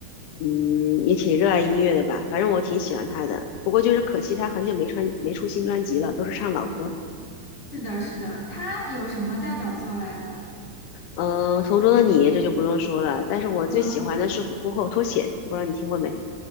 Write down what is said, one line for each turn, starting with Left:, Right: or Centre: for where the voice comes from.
Left: 嗯，也挺热爱音乐的吧，反正我挺喜欢他的。不过就是可惜他很久没穿没出新专辑了，都是唱老歌。
Centre: 是的，是的，他有什么代表作来的？
Left: 嗯，《同桌的你》这就不用说了，但是我最喜欢的是《虎口脱险》，
Centre: 嗯，
Left: 不知道你听过没？